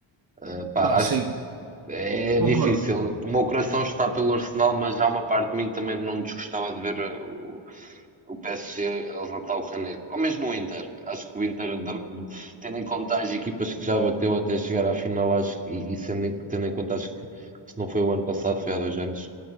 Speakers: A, on the right; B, on the right.
A: Uh, pá,
B: Pá,
A: acho
B: sim,
A: que é
B: concordo.
A: difícil. O meu coração está pelo Arsenal, mas há uma parte de mim que também não desgostava de ver uh, o PSG a levantar o caneco. Ou mesmo o Inter. Acho que o Inter, da- tendo em conta as equipas que já bateu até chegar à final, acho que, e e sendo, em- tendo em conta, acho que se não foi o ano passado, foi há dois anos,